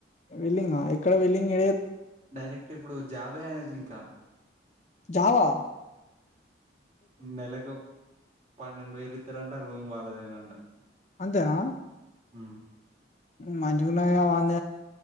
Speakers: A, on the left (about 40°); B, on the right (about 35°).
A: వెల్లింగ్ ఎక్కడ వెల్లింగ్ ఏ
B: డైరెక్ట్ ఇప్పుడు జాబే అనేది ఇంకా
A: జవా
B: నెలలకు పన్నెండు వేలు ఇస్తారంట రూమ్ వాళ్ళ ేనాం
A: అంతేనా
B: హ
A: మజూన వాంద